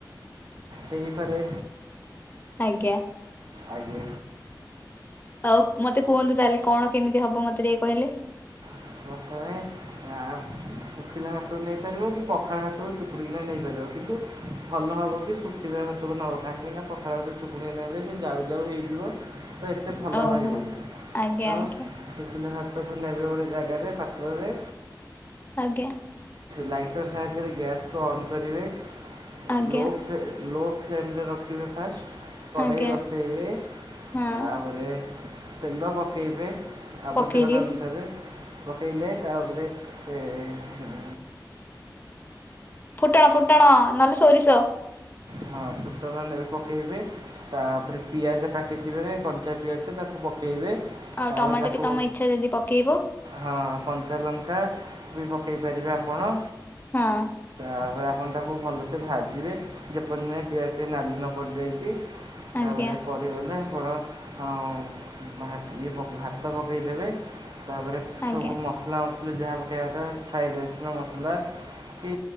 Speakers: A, on the right; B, on the left.
A: ହେଇ ଫରେ।
B: ଆଜ୍ଞା।
A: ଆଜ୍ଞ।
B: ଆଉ ମତେ କୁହନ୍ତୁ ତାହେଲେ କଣ କେମିତି ହବ ମତେ ଟିକେ କହିଲେ।
A: <unintelligible> ଶୁଖିଲା ହାଟରୁ ନେଇପାରିବ କି ପଖାଳ ହାଟରୁ ଚୁକୁଡ଼ିକିନା ନେଇପାରିବ କିନ୍ତୁ ଭଲ ହେବ କି ଶୁଖିଲା ହାଟ। ନବ କାହିଁକି ନା ପଖାଳ ଭରେ ଚୁପୁଡ଼ିଆ ନେଲେ ସେ ଯାଉ ଯାଉ ହେଇଯିବ। ତ ଏତେ ଭଲ
B: ଓହୋ
A: ରହିବନି
B: ଆଜ୍ଞା
A: ତ
B: ଆଜ୍ଞା
A: ଶୁଖିଲେ ହାତକୁ ନେବେ ଗୋଟେ ଜାଗାରେ। ପାତବେ
B: ଆଜ୍ଞା।
A: ଲାଇଟର ସାହାଯ୍ୟରେ ଗ୍ୟାସ୍କୁ ଅନ୍ କରିବେ।
B: ଆଜ୍ଞା।
A: ଲୋ ଫ୍ଲେ ଲୋ ଫ୍ଲେମରେ ରଖିବେ ଫାଷ୍ଟ କଡ଼େଇ
B: ଆଜ୍ଞା
A: ବସେଇବେ
B: ହଁ
A: ତାପରେ ତେଲ ପକାଇବେ ଆବଶ୍ୟକତା
B: ପକେଇଲି।
A: ଅନୁସାରେ ରଫେଇଲେ ତାରେ ହେ ହୁ <inaudible>
B: ଫୁଟଣ ଫୁଟଣ ନହଲେ ସୋରିସ।
A: ହଁ। ଫୁଟଣ ନେବେ ପକେଇବେ ତାପରେ ପିଆଜ କାଟିକି ପକେଇବେ କଞ୍ଚା ପିଆଜ ତାକୁ ପକେଇବେ।
B: ଆଉ
A: ତାପରେ
B: ଟମାଟୋ
A: ତାକୁ
B: ବି ତମ ଇଚ୍ଛା ଯଦି ପକେଇବ।
A: ହଁ କଞ୍ଚା ଲଙ୍କା ବି ପକାଇ ପାରିବେ ଆପଣ।
B: ହଁ।
A: ତାପରେ ଆପଣ ତାକୁ ଭଲକି ଭାଜିବେ ଯେପର୍ଯ୍ୟନ୍ତ ପିଆଜ ନାଲି ନପଡିଯାଇଛି। ତାପରେ
B: ଆଜ୍ଞା
A: ପଡିଗଲେ ଫଳ ଆଉ ଭାତ୍, ଇଏ ପକା, ଭାତ ପକେଇ ଦେବେ। ତାପରେ
B: ଆଜ୍ଞା
A: ସବୁ ମସଲା ମସଲି ଯାହା ପକେଇବା କଥା। <unintelligible> କି